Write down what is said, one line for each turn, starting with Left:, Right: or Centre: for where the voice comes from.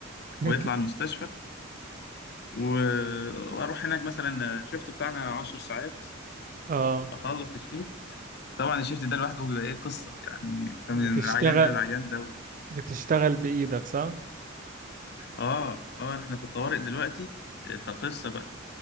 Right: <laughs>
Left: ويطلع المستشفى و- واروح هناك مثلا الشيفت بتاعنا 10 ساعات
Right: اه
Left: اخلص الشيفت طبعا الشيفت ده لوحده بيبقى ايه قصه يعني أنت
Right: بتشتغل
Left: من العيان ده للعيان ده و...
Right: بتشتغل بإيدك صح؟
Left: اه اه احنا في الطوارئ دلوقتي فقصه بقى